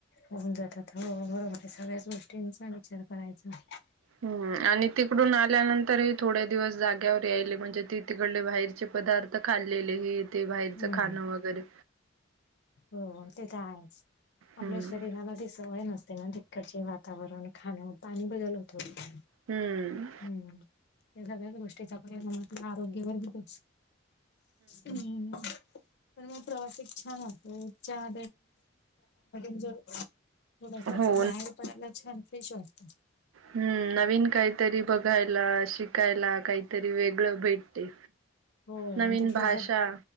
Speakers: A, on the left; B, on the right.
A: होऊन जातात. हो बरोबर या सगळ्याच गोष्टींचा विचार करायचा.
B: हम्म आणि तिकडून आल्यानंतरही- थोड्या दिवस जाग्यावर यायले. म्हणजे ते तिकडले बाहेरचे पदार्थ खाल्लेले हेत. ते बाहेरचं
A: हम्म
B: खाणं वगैरे.
A: हो. ते तर आहेच.
B: हम्म
A: आपल्या शरीराला दिस- सवय नसते ना? तिकडचे वातावरण, खाणं, पाणी बदल होतो -
B: हम्म.
A: हम्. त्या सगळ्याच गोष्टीचा परिणाम आपल्या आरोग्यावर होतोच. हम्म. पण मग प्रवासात छान वाटतंय. <unintelligible> जर थोडासा असा
B: हो
A: बाहेर. <unintelligible> छान फ्रेश वाटतं.
B: हम्म. नवीन काहीतरी बघायला, शिकायला काहीतरी वेगळं भेटते.
A: हो.
B: नवीन
A: तिथल्या
B: भाषा
A: सग,